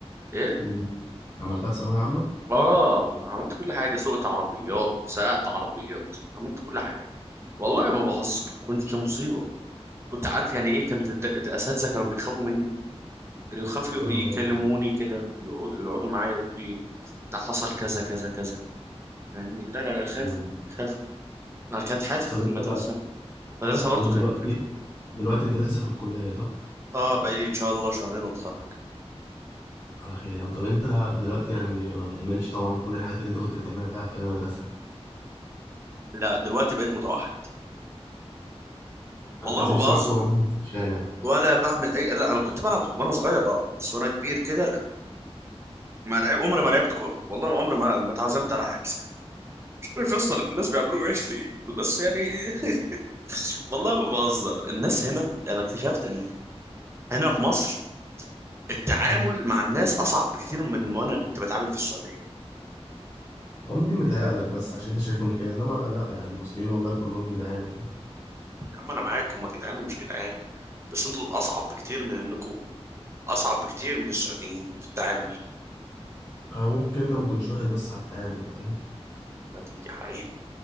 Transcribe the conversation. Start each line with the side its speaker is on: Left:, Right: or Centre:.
Right: ايه
Left: مم. عملتها في ثانوية عامة؟
Right: اه عملت كل حاجه سوقت عربيات سرقت عربيات عملت كل حاجه والله ما بهزر كنت مصيبه كنت عارف يعني ايه كانت الد- الاساتذه كانوا بيخافوا مني كانوا يخافوا
Left: يا نهار
Right: يكلموني
Left: أبيض
Right: كده ويقعدوا يقعدوا معايا يقولوا لي ده حصل كذا كذا كذا يعني لا لا لا خافوا
Left: أيوه
Right: خافوا انا كانت حياتي
Left: طب
Right: في
Left: أنت
Right: المدرسه المدرسه برضو
Left: طب أنت دلوقتي
Right: كانت مخيفه
Left: دلوقتي أنت لسه في الكلية صح؟
Right: اه بقالي ان شاء الله شهرين واتخرج
Left: على خير يا عم طب انت دلوقتي يعني ما بتعملش طبعا كل الحاجات اللي انت كنت بتعملها في ايام المدرسه
Right: لا دلوقتي بقيت متوحد
Left: ما
Right: والله
Left: بتنزلش
Right: ما بهزر
Left: تلعب كوره مثلا في الشارع
Right: ولا بعمل اي لا انا كنت بلعب وانا صغير اه بس وانا كبير كده ما لعب عمري ما لعبت كوره والله ما عمري ما ما اتعزمت على حجز مش عارف يا اسطى الناس بيعملوه ايش ليه بس يعني <laughs> والله ما بهزر الناس هنا انا اكتشفت ان هنا في مصر التعامل
Left: مم.
Right: مع الناس اصعب بكتير من ما انا كنت بتعامل في السعوديه يا
Left: او ممكن متهيألك بس عشان انت شايفهم كده انما لا يعني المصريين والله كلهم جدعان يعني
Right: عم انا معاكم هم جدعان ومش جدعان بس انتوا اصعب بكتير من انكم اصعب بكتير من السعوديين في التعامل
Left: او ممكن انت ما كنتش واخد بس على التعامل فاهم
Right: دي حقيقه